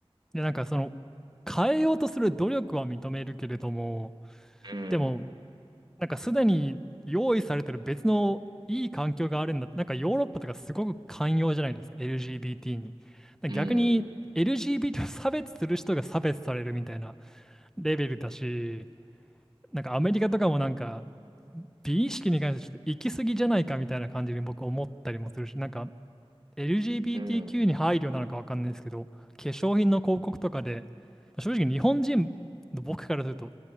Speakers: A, in the centre; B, on the right.
A: で、なんかその、変えようとする努力は認めるけれども、
B: うん、
A: でも、なんかすでに用意されてる別のいい環境があるんだ。なんかヨーロッパとかすごく寛容じゃないですか、LGBT に。だ逆に
B: うん、
A: LGBT を差別する人が差別されるみたいなレベルだし、なんかアメリカとかもなんか、美意識に関してちょっと行き過ぎじゃないかみたいな感じに僕思ったりもするし、なんか LGBTQ
B: うん、
A: に配慮なのかわかんないですけど、化粧品の広告とかで、正直日本人の僕からすると、